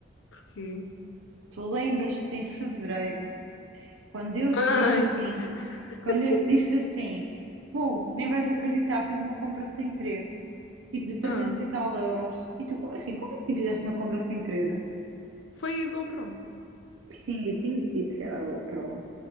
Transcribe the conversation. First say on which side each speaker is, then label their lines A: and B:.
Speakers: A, on the left; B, on the right.
A: porque.
B: Tu lembras-te em fevereiro, quando eu
A: Bem,
B: te disse assim, quando
A: <laughs> assim.
B: eu te <laughs> disse assim, Fogo, nem vais acreditar, fiz uma compra sem querer, tipo de 300
A: Ah,
B: e tal euros. E tu, assim, como assim fizeste uma compra sem querer?
A: foi a GoPro.
B: Sim, eu tinha-te dito que era a GoPro.